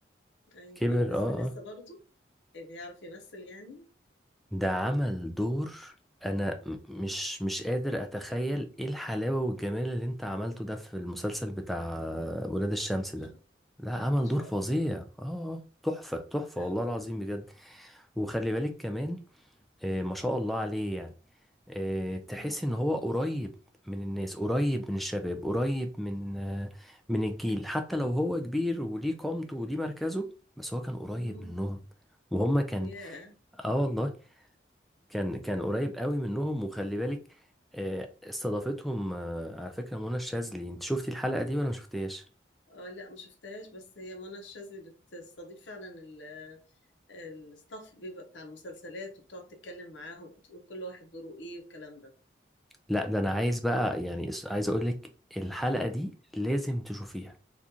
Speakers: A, on the left; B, in the centre.
A: ايوه
B: كبر
A: ايوه بس
B: اه
A: لسه
B: اه
A: برضو بيعرف يمثل يعني
B: ده عمل دور انا م- مش مش قادر اتخيل ايه الحلاوة والجمال اللي انت عملته ده في المسلسل بتاع ولاد الشمس
A: ما
B: ده
A: شاء
B: لا عمل
A: ما شاء
B: دور فظيع
A: الله
B: اه آه، تحفة تحفة
A: اه
B: والله العظيم بجد وخلي بالك كمان آه، ما شاء الله عليه يعني آه، تحس
A: امم
B: ان هو قريب من الناس قريب من الشباب قريب من آه، من الجيل حتى لو هو كبير وليه قامته وليه مركزه بس هو كان قريب
A: امم
B: منهم وهم كان
A: ياه
B: اه والله كان كان قريب قوي منهم وخلي بالك آه، استضافتهم آه، على فكرة منى الشاذلي انت شفتي الحلقة دي ولا ما شفتيهاش
A: اه لا ما شفتهاش بس هي منى الشاذلي بتستضيف فعلا ال- الستاف بيبقى بتاع المسلسلات وبتقعد تتكلم معاهم وتقول كل واحد دوره ايه والكلام ده
B: لا ده انا عايز بقى يعني اس- عايز اقول لك الحلقة دي لازم تشوفيها